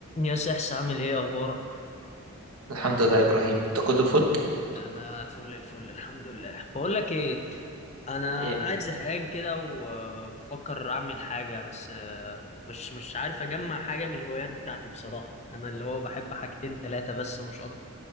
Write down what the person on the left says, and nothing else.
يا سحس عامل ايه اخبارك
انا فل الفل الحمد لله بقول لك ايه انا
قاعد زهقان كده وبفكر اعمل حاجه بس آه، مش مش عارف اجمع حاجه من الهوايات بتاعتي بصراحه انا اللي هو بحب حاجتين ثلاثه بس مش اكتر